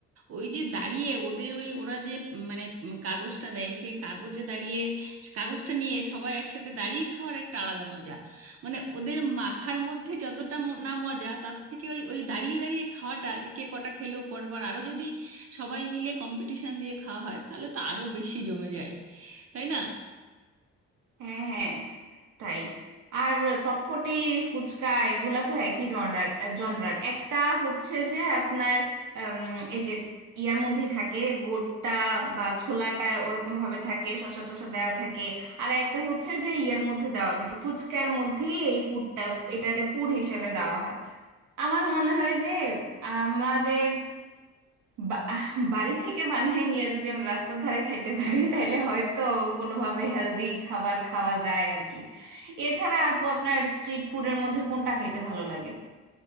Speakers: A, on the right; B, on the right.
A: ওই যে দাঁড়িয়ে ওদের ওই ওরা যে উম, মানে উম, কাগজটা দেয় সেই কাগজে দাঁড়িয়ে কাগজটা নিয়ে সবাই একসাথে দাঁড়িয়ে খাওয়ার একটা আলাদা মজা মানে ওদের মাখার মধ্যে যতটা ম- না মজা তার থেকে ওই ওই দাঁড়িয়ে দাঁড়িয়ে খাওয়াটা যে কে কটা খেলেও পরবার আরো যদি সবাই মিলে কম্পিটিশন দিয়ে খাওয়া হয় তাহলে তো আরো বেশি জমে যায় তাই না
B: হ্যাঁ হ্যাঁ তাই আর চটপটি ফুচকা এগুলা তো একই জনরার জনরার একটা হচ্ছে যে আপনার আম, এই যে ইয়ার মধ্যেই থাকে বোটটা বা ছোলাটা ওরকম ভাবে থাকে শসা টসা দেওয়া থাকে আর একটা হচ্ছে যে ইয়ার মধ্যে দেওয়া থাকে ফুচকার মধ্যেই এই পুরটা এটারে পুর হিসেবে দেওয়া হয় আমার মনে হয় যে আমাদের বা- বাড়ি থেকে বানিয়ে নিয়ে যদি আমরা রাস্তার ধারে খাইতে পারি তাহলে হয়তো কোনোভাবে হেলদি খাবার খাওয়া যায় আর কি এছাড়া আপু আপনার স্ট্রিট ফুডের মধ্যে কোনটা খাইতে ভালো লাগে